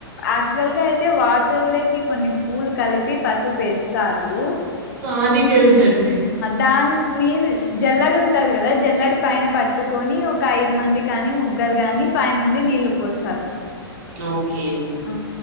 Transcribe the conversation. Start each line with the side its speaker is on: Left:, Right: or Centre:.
Left: యాక్చువల్ గా అయితే తే వాటర్లకి కొన్ని పూలు కలిపి పసుపేస్తారు
Right: అది తెలుసండి
Left: దాన్ మీరు జల్లడి ఉంటంది కదా జల్లడి పైన పట్టుకొని ఒక ఐదు మంది కాని ముగ్గురు కాని పైన నుండి నీళ్లు పోస్తారు
Right: ఓకే
Left: ఆ